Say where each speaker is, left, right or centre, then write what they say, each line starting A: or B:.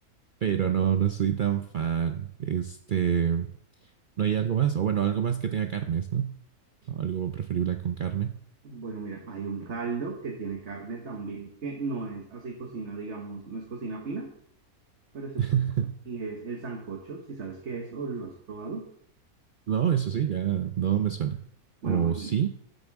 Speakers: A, on the right; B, on the right.
A: pero no, no soy tan fan. Este, no hay algo más, o bueno, algo más que tenga carnes, ¿no? O algo preferible con carne.
B: Bueno, mira, hay un caldo que tiene carne también, que no es así cocina, digamos, no es cocina fina, pero es súper
A: <laughs>
B: bueno. Y es el sancocho, si sabes qué es o lo has probado.
A: No, eso sí, ya no me suena.
B: Bueno,
A: O
B: pues
A: sí,
B: mira.